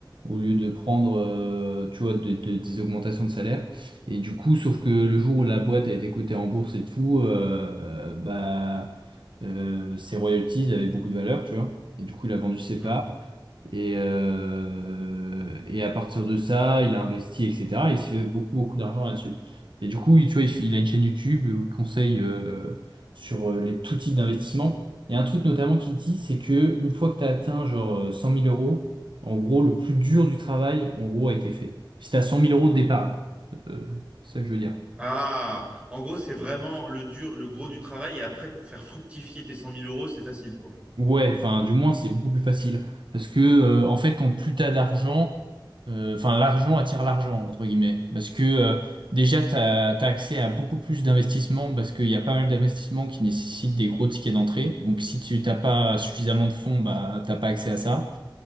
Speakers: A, on the right (about 75°); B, on the right (about 15°).
A: au lieu de prendre, euh, tu vois, de- de- des augmentations de salaire. Et du coup, sauf que le jour où la boîte a été cotée en bourse et tout, euh, euh, bah, euh, ses royalties avaient beaucoup de valeur, tu vois. Et du coup, il a vendu ses
B: Hmm.
A: parts. Et, euh, et à partir de ça, il a investi, etc. Et il s'est fait beaucoup, beaucoup d'argent là-dessus. Et du coup, il- tu vois, il, il a une chaîne YouTube où il conseille euh, sur euh, les tout types d'investissements. Il y a un truc notamment qu'il dit, c'est que une fois que tu as atteint genre euh, 100 000 euros, en gros, le plus dur du travail, en gros, a été fait. Si tu as 100 000 euros de départ, euh, c'est ça que je veux dire.
B: Ah, en gros, c'est vraiment le dur, le gros du travail. Et après, pour faire fructifier tes cent mille euros, c'est facile, quoi.
A: Ouais, enfin, du moins, c'est beaucoup plus facile. Parce que, euh, en fait, quand plus t'as d'argent, Euh, enfin l'argent attire l'argent entre guillemets parce que euh, déjà t'as t'as accès à beaucoup plus d'investissements parce qu'il y a pas mal d'investissements qui nécessitent des gros tickets d'entrée donc si tu t'as pas suffisamment de fonds bah t'as pas accès à ça